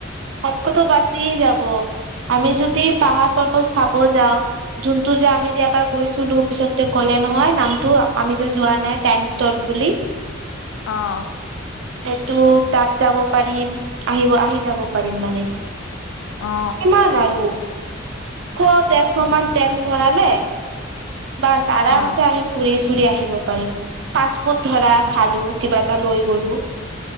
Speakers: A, on the right (about 65°); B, on the left (about 80°).
A: ক'ত ক'ত বাচি যাব। আমি যদি পাহাৰ পৰ্বত চাব যাওঁ যোনটো যে আমি যে এবাৰ গৈছিলোঁ, পিছততে ক'লে নহয়, নামটো আমি যে, যোৱা নাই টাইমচত বুলি।
B: অ'।
A: সেইটো তাত যাব পাৰিম আহিব আহি যাব পাৰিম মানে।
B: অ
A: কিমান আৰু দুশ তেৰশ মান তেল ভৰালে। বাস আৰামছে
B: অ
A: আমি পুৰিছো ফুৰি আহিব পাৰিম পাচপৰ্ট ধৰা খালো কিবা এটা লৈ গলো।